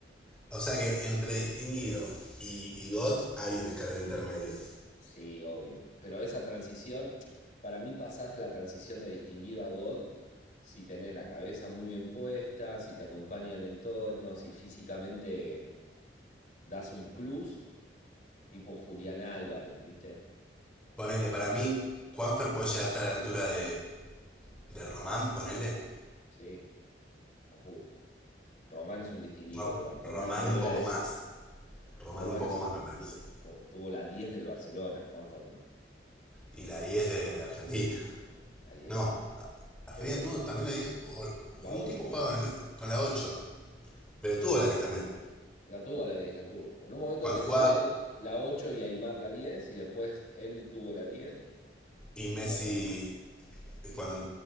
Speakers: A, in the centre; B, on the left (about 45°).
A: O sea que entre distinguido y, y god hay un escalón intermedio.
B: Sí, obvio. Pero esa transición, para mí pasás la transición de distinguido a God si tenés la cabeza muy bien puesta, si te acompaña el entorno, si físicamente das un plus, tipo un Julián Álvarez, ¿viste? O
A: Ponele,
B: sea, los jugadores,
A: para mí, Juanfer puede llegar hasta la altura de, de Román, ponele.
B: sí, a full. Román es un distinguido
A: Rom-
B: igual, por
A: Román
B: más que me duela
A: un poco
B: decirlo.
A: más. Román
B: Román
A: un poco
B: es un
A: más,
B: distinguido.
A: me parece.
B: Tu- tuvo la 10 del Barcelona, Juan Fernando.
A: Y la 10 de Argentina.
B: La 10
A: No,
B: de Argentina.
A: Argentina
B: Sí, obvio.
A: tuvo también la diez O-
B: la
A: Un
B: 8
A: tipo
B: creo
A: jugaba
B: que.
A: con la- con la 8, pero tuvo la 10 también.
B: La tuvo la 10 la tuvo. En un momento
A: Cuando
B: tenía
A: jugaba
B: él la 8 y Aymar la 10 y después él tuvo la 10
A: y Messi,
B: cuando Aymar no fue,
A: cuando